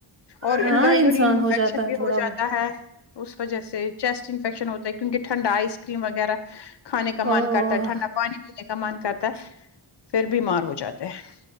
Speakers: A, on the left (about 60°); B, on the right (about 30°).
A: اور
B: ہاں
A: ان کا
B: انسان
A: یورین انفیکشن
B: ہو جاتا
A: بھی
B: ہے تھوڑا
A: ہو جاتا
B: بہت
A: ہے اس وجہ سے چیسٹ انفیکشن ہوتا ہے کیونکہ ٹھنڈا آئس کریم وغیرہ کھانے کا
B: او
A: من کرتا ہے ٹھنڈا پانی پینے کا من کرتا ہے پھر بیمار ہو جاتے ہے